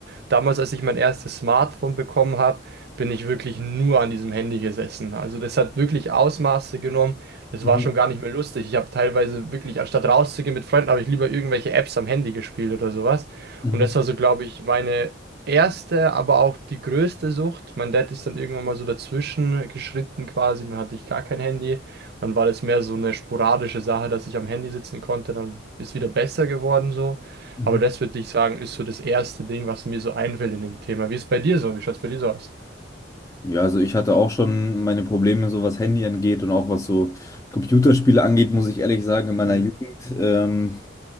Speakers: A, on the right; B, on the left.
A: Damals, als ich mein erstes Smartphone bekommen habe, bin ich wirklich nur an diesem Handy gesessen. Also das hat wirklich Ausmaße genommen. Das
B: mhm,
A: war schon gar nicht mehr lustig. Ich habe teilweise wirklich, anstatt rauszugehen mit Freunden, habe ich lieber irgendwelche Apps am Handy gespielt oder sowas.
B: mhm,
A: Und das war so, glaube ich, meine erste, aber auch die größte Sucht. Mein Dad ist dann irgendwann mal so dazwischen geschritten quasi, dann hatte ich gar kein Handy. Und dann war das mehr so eine sporadische Sache, dass ich am Handy sitzen konnte, dann ist wieder besser geworden so.
B: mhm.
A: Aber das würde ich sagen, ist so das erste Ding, was mir so einfällt in dem Thema. Wie ist bei dir so? Wie schaut es bei dir so aus?
B: Ja, also ich hatte auch schon meine Probleme, so was Handy angeht und auch was so Computerspiele angeht, muss ich ehrlich sagen, in meiner
A: Hm.
B: Jugend. Ähm,